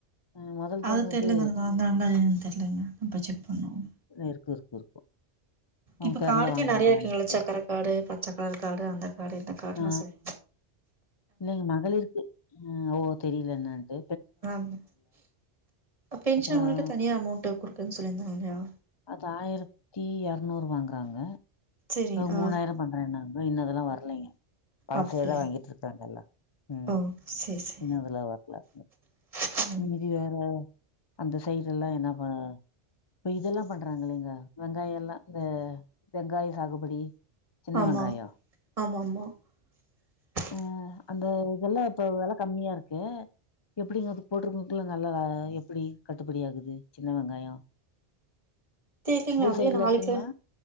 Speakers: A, on the left; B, on the right.
A: ஆ மொதல்
B: அது
A: தாங்க
B: தெரிலங்க
A: இது
B: அது வாங்குறங்களா இல்லயானு தெரிலங்க அப்ப செக் பண்ணணு
A: இருக்கு இருக்கு இருக்கு அவங்க
B: இப்ப
A: பேர்ல
B: காடுக்கே
A: வாங்குறாங்களான்னுட்டு
B: நெறைய இருக்குங்கள சக்கர காடு பச்சக்கலர் காடு அந்த காடு இந்த காடுல்லா
A: ஆ
B: சொல்லு
A: இல்லைங்க மகளிருக்கு ஓ தெரில என்னன்ட்டு
B: ஆமா பென்ஷன்
A: அப்புறம்
B: அமௌண்ட் தனியா அமௌண்ட் குடுக்கேன்னு சொல்லிருந்தாங்க இல்லயா
A: அது ஆயிரத்தி இரநூறு வாங்குறாங்க
B: சரி ஆ
A: மூணாயிரோ பண்றேன்னாங்க இன்னு அதெல்லா வரலீங்க பழசுதா
B: அப்படியா
A: வாங்கிட்ருக்காங்க எல்லா ம்
B: ஓ சரி சரி
A: இன்னு அதுல வர்ல
B: <inaudible>
A: மீதி வேற அந்த சைஸ் எல்லா என்ன அப்ப இதெல்லா பண்றாங்களங்க அ வெங்காயோஃல்லா இந்த வெங்காயோ சாகுபடி சின்ன
B: ஆமா
A: வெங்காயோ
B: ஆமா <inaudible>
A: ஆ அந்த இதெல்லா இப்ப வெல கம்மியாருக்கு எப்டிங்க அது போட்ருங்களுக்குள்ள நல்லா எப்டி கட்டுப்படி ஆகுது சின்ன வெங்காயோ
B: தெரிலிங்க அதுவே
A: சைடுல
B: நாலு
A: இருக்குங்களா?
B: கிலோ